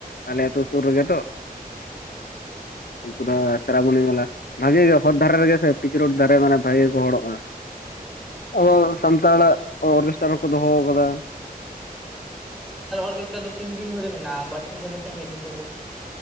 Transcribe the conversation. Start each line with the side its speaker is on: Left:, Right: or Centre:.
Left: ᱟᱞᱮ ᱟᱹᱛᱩ ᱥᱩᱨ ᱨᱮᱜᱮ ᱛᱚ᱾ ᱩᱱᱠᱩ ᱫᱟ ᱥᱨᱟᱵᱚᱱᱤ ᱢᱮᱞᱟ ᱵᱷᱟᱜᱮ ᱜᱮ ᱦᱚᱨ ᱫᱷᱟᱨᱮ ᱨᱮᱜᱮ ᱥᱮ ᱯᱤᱪᱨᱴ ᱫᱷᱟᱨᱮ ᱢᱟᱱᱮ ᱵᱷᱟᱜᱮ ᱜᱮ ᱠᱚ ᱦᱚᱲᱚᱜᱼᱟ᱾
Centre: ᱦᱮᱸ
Left: ᱟᱵᱚ ᱥᱟᱱᱛᱟᱲᱟᱜ ᱚᱨᱚᱱᱩᱥᱴᱟᱱ ᱦᱚᱠᱚ ᱫᱚᱦᱚ ᱟᱠᱟᱫᱟ᱾
Centre: ᱚᱨᱜᱮᱥᱴᱨᱟ ᱫᱚ ᱛᱤᱱ ᱫᱤᱱ ᱫᱷᱚᱨᱮ ᱢᱮᱱᱟᱜᱼᱟ ᱵᱟᱨᱥᱤᱧ ᱫᱷᱚᱨᱮ ᱥᱮ ᱢᱤᱫ ᱫᱤᱱ ᱫᱷᱚᱨᱮ?